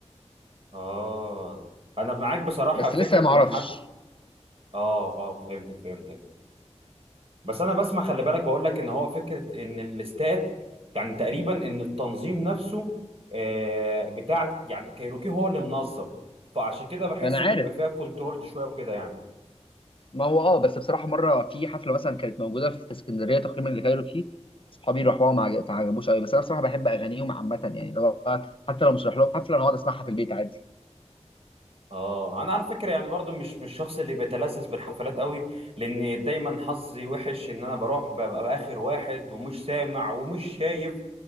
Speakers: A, on the right (about 55°); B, on the left (about 50°).
A: اه انا معاك بصراحه
B: بس
A: فكره
B: لسه ما
A: ان
B: اعرفش
A: حتى اه اه فهمتك فهمتك بس انا بسمع خلي بالك بقول لك ان هو فكره ان الاستاد يعني تقريبا ان التنظيم نفسه آه بتاع يعني كايروكي هو اللي منظم فعشان كده بحس
B: ما انا
A: ان
B: عارف
A: بيبقى فيها كنترول شويه وكده يعني
B: ما هو اه بس بصراحه مره في حفله مثلا كانت موجوده في اسكندريه تقريبا اللي كايروكي صحابي راحوها ما عج- ما عجبوش قوي بس انا بصراحه بحب اغانيهم عامه يعني لو حتى لو مش رايح لهم حفله انا اقعد اسمعها في البيت عادي
A: اه انا على فكره يعني برضو مش مش الشخص اللي بيتلذذ بالحفلات قوي لان دايما حظي وحش ان انا بروح ببقى اخر واحد ومش سامع ومش شايف